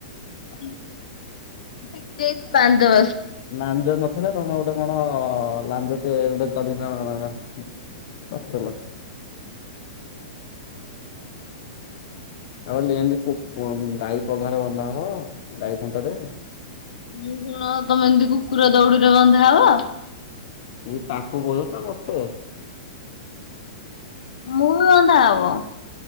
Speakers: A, on the left (about 85°); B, on the left (about 40°).
A: ପଟି ଯଛି ବନ୍ଦ
B: ନାଂଜ ନଥିଲା ତମେ ଗୋଟେ କଣ ହଁ ଲାଞ୍ଜ ତ ଏଇ ଗୋଟେ ଧରି ନିଅ ଧରିଥିଲା। ଆଉ <unintelligible> ଗାଈ ପଘାରେ ବନ୍ଧା ହବ ଗାଈ ଖୁଣ୍ଟରେ।
A: ମୁ କଣ ତମେ ଏମିତି କୁକୁର ଦୌଡିରେ ବନ୍ଧା ହବ।
B: କି ତାକୁ କହୁଛ ମତେ?
A: ମୁଁ ବି ବନ୍ଧା ହବ।